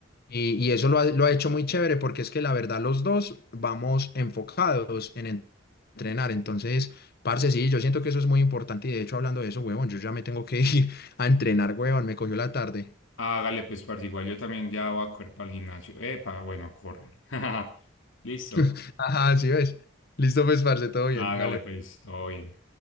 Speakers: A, on the left; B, on the left.
A: Y, y eso lo ha, lo ha hecho muy chévere porque es que la verdad los dos vamos enfocados en en- entrenar. Entonces, parce, sí, yo siento que eso es muy importante y de hecho hablando de eso, huevón, yo ya me tengo que <laughs> ir a entrenar, huevón, me cogió la tarde.
B: Hágale, pues, parce, igual yo también ya voy a correr para el gimnasio. Epa, bueno, a correr. <laughs> Listo.
A: <laughs> Ajá, sí ves. Listo, pues, parce, todo bien.
B: Hágale,
A: La
B: pues, todo bien.